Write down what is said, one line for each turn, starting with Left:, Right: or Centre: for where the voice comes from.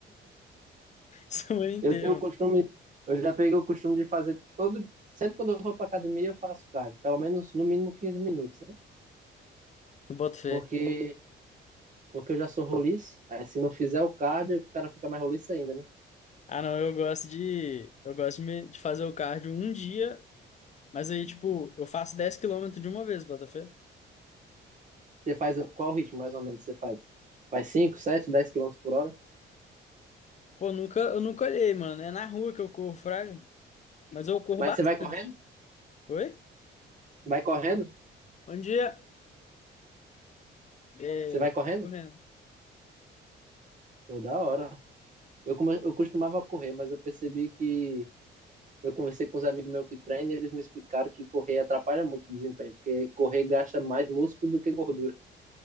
Left: <laughs> semana inteira.
Right: Eu tenho o costume, eu já peguei o costume de fazer todo, sempre quando eu vou pra academia eu faço cardio, pelo menos no mínimo 15 minutos, né?
Left: Eu boto fé.
Right: Porque, porque eu já sou roliço, aí se não fizer o cardio, o cara fica mais roliço ainda, né?
Left: Ah, não, eu gosto de. Eu gosto de, me- de fazer o cardio um dia, mas aí, tipo, eu faço dez km de uma vez, bota fé.
Right: Você faz, qual ritmo mais ou menos você faz? Faz 5, 7, 10 quilômetros por hora?
Left: Pô, nunca, eu nunca olhei, mano. É na rua que eu corro, fraco, mas eu corro
Right: Mas
Left: bastante.
Right: você vai correndo?
Left: Oi?
Right: Vai correndo?
Left: Bom dia. É,
Right: Você vai correndo?
Left: correndo.
Right: Pô, da hora. Eu, come- eu costumava correr, mas eu percebi que eu conversei com os amigos meus que treinam e eles me explicaram que correr atrapalha muito o desempenho, porque correr gasta mais músculo do que gordura.